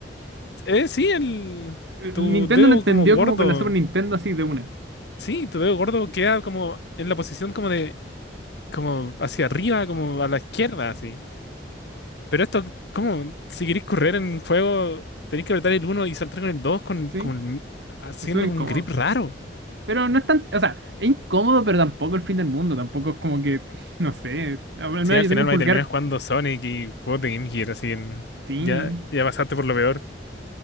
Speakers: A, on the left; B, on the right.
A: eh, sí, el,
B: el
A: tu
B: Nintendo
A: dedo
B: lo entendió
A: como gordo,
B: como con la Super Nintendo así de una,
A: sí, tu dedo gordo queda como en la posición como de, como hacia arriba, como a la izquierda, así. Pero esto, como, si queréis correr en un juego, tenéis que apretar el uno y saltar con el 2 con, el-
B: ¿sí?
A: con el- haciendo
B: Es súper
A: como
B: incómodo.
A: un grip raro.
B: Pero no es tan, o sea, es incómodo, pero tampoco el fin del mundo, tampoco es como que, <laughs> no sé, al
A: Sí,
B: menos
A: al
B: yo
A: final
B: tengo un
A: va
B: pulgar,
A: a terminar jugando Sonic y juegos de Game Gear, así en,
B: sí.
A: ya, ya pasaste por lo peor.